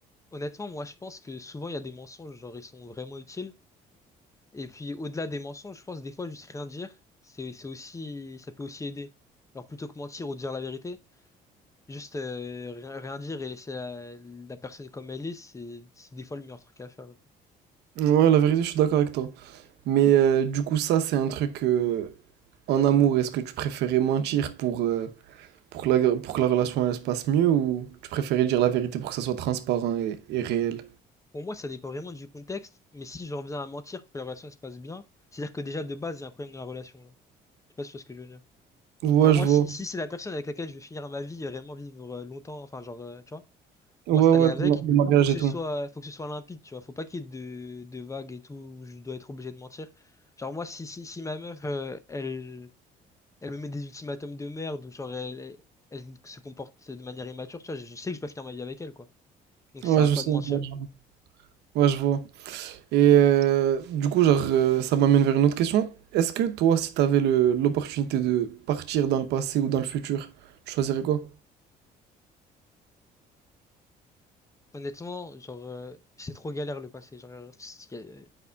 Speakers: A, on the left; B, on the right.
A: honnêtement, moi, je pense que souvent, il y a des mensonges, genre, ils sont vraiment utiles. Et puis, au-delà des mensonges, je pense, des fois, juste rien dire, c'est, c'est aussi, ça peut aussi aider. Alors, plutôt que mentir ou dire la vérité, juste euh, rien, rien dire et laisser la, la personne comme elle est, c'est, c'est des fois le meilleur truc à faire.
B: Ouais, la vérité, je suis d'accord avec toi. Mais euh, du coup, ça, c'est un truc euh, en amour. Est-ce que tu préférais mentir pour, euh, pour que la, pour que la relation elle se passe mieux ou tu préférais dire la vérité pour que ça soit transparent et, et réel?
A: Pour moi, ça dépend vraiment du contexte, mais si j'en viens à mentir pour que la relation elle se passe bien, c'est-à-dire que déjà de base, il y a un problème dans la relation. là. Je sais pas si tu vois ce que je veux dire.
B: Ouais,
A: Genre moi,
B: je vois.
A: si, si c'est la personne avec laquelle je vais finir ma vie et vraiment vivre euh, longtemps, enfin genre, euh, tu vois,
B: Ouais,
A: m'installer
B: ouais,
A: avec,
B: le mariage
A: faut que ce
B: et tout.
A: soit, faut que ce soit limpide, tu vois. Faut pas qu'il y ait de, de vagues et tout où je dois être obligé de mentir. Genre moi, si, si, si ma meuf, euh, elle, elle me met des ultimatums de merde ou genre elle, elle, elle se comporte de manière immature, tu vois, je je sais que je dois finir ma vie avec elle, quoi. Donc
B: Ouais,
A: ça sert à
B: je
A: quoi
B: sais.
A: de mentir?
B: Ouais, je ouais, je vois. Et euh, du coup, genre, euh, ça m'amène vers une autre question. Est-ce que toi, si tu avais l'opportunité de partir dans le passé ou dans le futur, tu choisirais
A: Mm.
B: quoi?
A: Honnêtement, genre, euh, c'est trop galère le passé. Genre, c'est- euh,